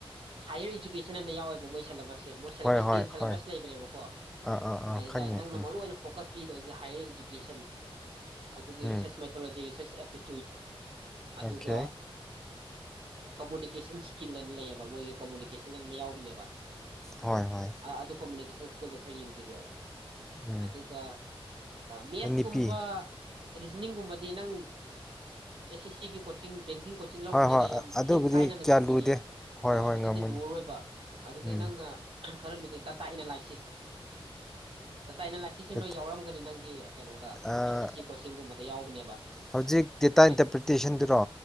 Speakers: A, on the right; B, in the centre.
A: ꯍꯥꯌꯌꯔ ꯏꯖꯨꯀꯦꯁꯟ ꯑꯅ ꯌꯥꯎꯋꯦꯕ ꯃꯣꯏ ꯁꯦꯂꯕꯁꯦꯕ ꯃꯣꯏ ꯁꯦꯂꯦꯕꯁ
B: ꯍꯣꯏ ꯍꯣꯏ
A: ꯇꯦꯟ ꯁꯦꯂꯦꯕꯁ
B: ꯍꯣꯏ
A: ꯂꯩꯕꯅꯦꯕꯀꯣ
B: ꯑꯥ ꯑꯥ ꯑꯥ
A: ꯑꯗꯨꯇꯥꯔꯗꯤ
B: ꯈꯪꯉꯦ
A: ꯅꯪꯅ
B: ꯎꯝ
A: ꯃꯔꯨꯑꯣ ꯑꯣꯏꯅ ꯐꯣꯀꯁ ꯄꯤ ꯍꯔ ꯑꯦꯖꯨꯀꯦꯁꯟ ꯑꯗꯨꯗꯒꯤ
B: ꯎꯝ
A: ꯔꯤꯁꯔꯁ ꯃꯊꯣꯖꯤ ꯔꯤꯁꯔꯁ ꯇꯩ ꯇꯨꯏ ꯑꯗꯨꯒ
B: ꯑꯣꯀꯦ
A: ꯀꯃꯨꯅꯤꯀꯦꯁꯟ ꯁ꯭ꯀꯤꯜꯅ ꯂꯩ ꯃꯣꯏꯒꯤ ꯀꯃꯨꯅꯤꯀꯦꯁꯟ ꯂꯣꯏ ꯌꯥꯎꯕꯅꯦꯕ
B: ꯍꯣꯏ ꯍꯣꯏ
A: ꯑ ꯑꯗꯨ ꯀꯃꯨꯅꯤꯦꯁ ꯁꯀꯜꯗꯣ ꯈꯔ ꯌꯦꯡꯁꯤꯜꯂꯣ
B: ꯎꯝ
A: ꯑꯗꯨꯒ ꯃꯦꯁꯀꯨꯝꯕ
B: ꯅꯨꯄꯤ
A: ꯔꯤꯖꯅꯤꯡꯒꯨꯝꯕꯗꯤ ꯅꯪ ꯑꯦꯁ ꯑꯦꯁ ꯁꯤꯒꯤ ꯀꯣꯆꯤꯡ ꯕꯦꯡ ꯀꯣꯆꯤꯡ ꯂꯧꯕꯅꯤꯅ
B: ꯍꯣꯏ ꯍꯣꯏ
A: ꯌꯥꯝ
B: ꯑ- ꯑꯗꯨꯕꯨꯗꯤ
A: ꯊꯤꯅ ꯂꯥꯏꯅꯅ
B: ꯀꯌꯥ
A: ꯉꯝꯈꯤꯅꯤ
B: ꯂꯨꯗꯦ
A: ꯍꯣꯏ ꯑꯗꯨꯗꯤ
B: ꯉꯝꯒꯅꯤ
A: ꯂꯨꯔꯣꯏꯕ ꯑꯗꯨꯗꯤꯩ
B: ꯎꯝ
A: ꯅꯪꯅ ꯈꯔ ꯗꯥꯇꯥ ꯑꯦꯅꯥꯂꯥꯏꯁꯤꯁ ꯗꯗꯥꯇ ꯑꯩꯅ ꯂꯥꯏꯁꯤꯁꯨ
B: ꯗꯦꯇꯥ
A: ꯅꯣꯏ ꯌꯥꯎꯔꯝꯒꯅꯤ ꯅꯪ ꯎ ꯀꯩꯅꯣꯗ
B: ꯑꯥ
A: ꯑꯦꯁ ꯑꯦꯁ ꯁꯤ ꯀꯣꯆꯤꯡꯒꯨꯝꯕꯗ ꯌꯥꯎꯕꯅꯦꯕ
B: ꯍꯧꯖꯤꯛ ꯗꯦꯇꯥ
A: ꯍꯥꯏꯗꯤ
B: ꯏꯟꯇꯔꯄ꯭ꯔꯤꯇꯦꯁꯟꯗꯨꯔꯣ